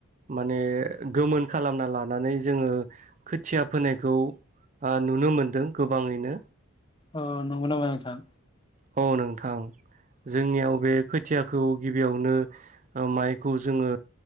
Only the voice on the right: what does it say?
माने गोमोन खालामना लानानै जोङो खोथिया फोनाय खौ ओ नुनो मोनदों गोबाङैनो।
औ नोंथां। जोंनियाव बे खोथियाखौ गिबियावनो ओ माइखौ जोङो